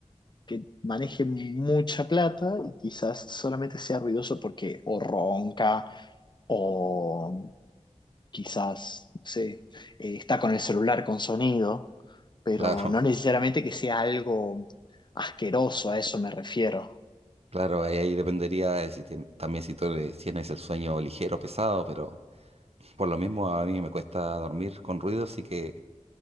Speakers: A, on the left; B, on the right.
A: que maneje mucha plata y quizás solamente sea ruidoso porque o ronca o quizás, no sé, eh, está con el celular con sonido, pero
B: <laughs> claro,
A: no necesariamente que sea algo asqueroso, a eso me refiero.
B: claro, ahí, ahí dependería de si tien- también si tú le- si tienes el sueño ligero o pesado, pero... Por lo mismo, a mí me cuesta dormir con ruido, así que